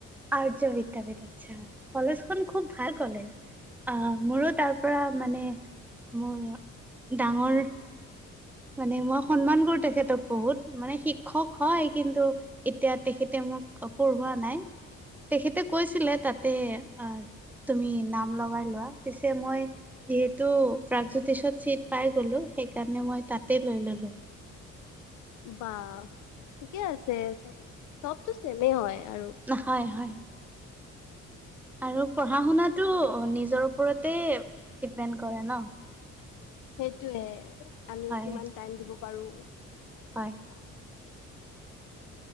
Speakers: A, in the centre; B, on the left.
A: আৰ্য বিদ্যাপীঠ আচ্ছা কলেজখন খুব ভাল কলেজ। আহ মোৰো তাৰ পৰা মানে মোৰ ডাঙৰ মানে মই সন্মান কৰো তেখেতক বহুত মানে শিক্ষক হয় কিন্তু এতিয়া তেখেতে মোক পঢ়োৱা নাই তেখেতে কৈছিলে তাতে আহ তুমি নাম লগাই লোৱা পিছে মই যিহেতু প্ৰাগজ্যোতিষত চিট পাই গ'লো সেইকাৰণে মই তাতে লৈ ললো
B: বা ঠিকে আছে চবতো ছেমে হয় আৰু
A: হয় হয় আৰু পঢ়া শুনাটো নিজৰ ওপৰতে ডিপেণ্ড কৰে ন
B: সেইটোৱে আমি
A: হয়
B: কিমান টাইম দিব পাৰো
A: হয় হয়।